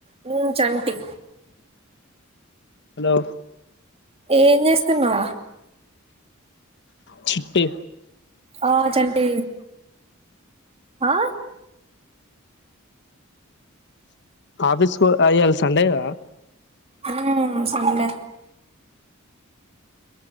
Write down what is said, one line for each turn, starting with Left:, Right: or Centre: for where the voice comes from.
Right: న చంటి
Left: హలో
Right: ఏం చేస్తా మా
Left: చిట్ట్టే
Right: ఆ చెంటి హ
Left: ఆ ఆఫీస్ కు ఇయ్యాల సండేగా
Right: ఉమ్ సండే